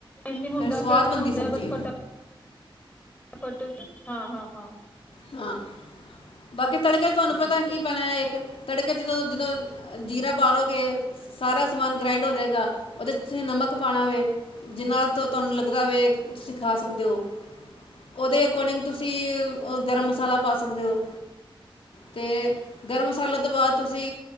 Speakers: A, on the left (about 15°); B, on the left (about 80°).
A: ਨਹੀ, ਹੁੰਦਾ
B: ਸਵਾਦ
A: ਫਿਰ ਤੇ
B: ਬਣਦੀ
A: ਹੁੰਦਾ
B: ਸਬਜ਼ੀ
A: ਬਸ ਫਟਾ ਫਟ ਹਾਂ- ਹਾਂ -ਹਾਂ।
B: ਨਾ। ਬਾਕੀ ਤੜਕੇ ਤੁਹਾਨੂੰ ਪਤਾ
A: ਠੀਕ
B: ਕੀ
A: ਹੈ
B: ਪੈਣਾ ਇੱਕ ਤੜਕੇ 'ਦ ਜਦੋਂ ਜੀਰਾ ਪਾਔਗੇ ਸਾਰਾ ਸਮਾਨ ਗ੍ਰਾਇੰਡ ਹੋ ਜਾਏਗਾ ਉਹਦੇ 'ਚ ਤੁਸੀਂ ਨਮਕ ਪਾਉਣਾ ਵੇ ਜਿਹਨਾਂ ਤੋਂ ਤੁਹਾਨੂੰ ਲੱਗਦਾ ਵੇ ਤੁਸੀਂ ਖਾ ਸਕਦੇ ਹੋ ਉਹਦੇ ਅਕੋਰਡਿੰਗ ਤੁਸੀਂ ਉਹ ਗਰਮ ਮਸਾਲਾ ਪਾ ਸਕਦੇ ਹੋ ਤੇ ਗਰਮ ਮਸਾਲੇ ਤੋਂ ਬਾਅਦ ਤੁਸੀਂ